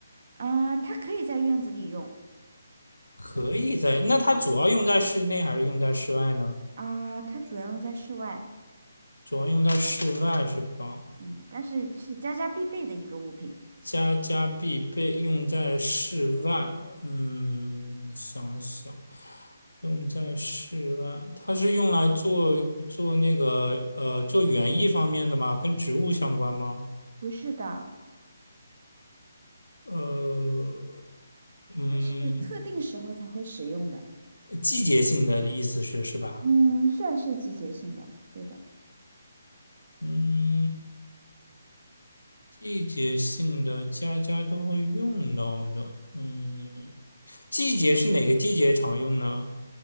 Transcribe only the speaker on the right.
啊、它可以在院子里用，
啊、它主要用在室外。
嗯，但是是家家必备的一个物品。
不是的，
它是特定时候才会使用的。
嗯，算是季节性的，对的。